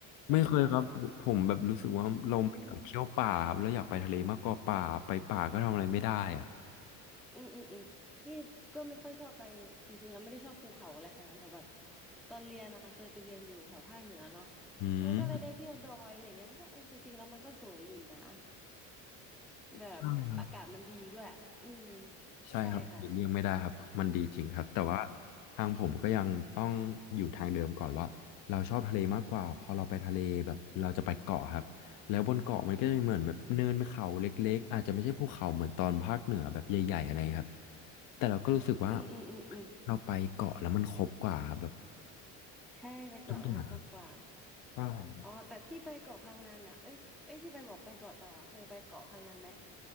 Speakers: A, in the centre; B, on the left.
A: ในไทยอะค่ะ
B: ไม่เคยครับผมแบบรู้สึกว่าเราไม่อยากเที่ยวป่าครับเราอยากไปทะเลมากกว่าป่าไปป่าก็ทำอะไรไม่ได้อ่ะ
A: อืมอืมอืมอืมนี่ก็ไม่ค่อยชอบไปจริงๆแล้วไม่ได้ชอบภูเขาอะไรขนาดนั้นแต่แบบตอนเรียนอะเคยไปเรียนอยู่แถวภาคเหนือเนาะ
B: อืม
A: มันก็เลยได้เที่ยวดอยอะไรอย่างเงี้ยมันก็เออจริงๆแล้วมันก็สวยอยู่นะ แบบอากาศมันดีด้วย
B: ใช่ครับ
A: อืม
B: ใช่ครับหลีกเลี่ยงไม่ได้ครับมันดีจริงครับแต่ว่า
A: ใช่ค่ะ
B: ทางผมก็ยังต้องอยู่ทางเดิมก่อนว่าเราชอบทะเลมากกว่าพอเราไปทะเลแบบเราจะไปเกาะครับแล้วบนเกาะมันก็จะมีเหมือนแบบเนินเขาเล็กๆอาจจะไม่ใช่ภูเขาเหมือนตอนภาคเหนือแบบใหญ่ๆอะไรครับแต่เราก็รู้สึกว่า
A: อืมอืมอืมอืม
B: เราไปเกาะแล้วมันครบกว่าแบบ
A: ใช่ไปเกาะแล้วมันคุ้มกว่า
B: ทุกอย่างครับใช่ครับ
A: อ๋อ แต่ที่ไปเกาะพะงันอ่ะเอ้ยเอ้ยที่ไปบอกไปเกาะเต่าอ่ะเคยไปเกาะพะงันไหม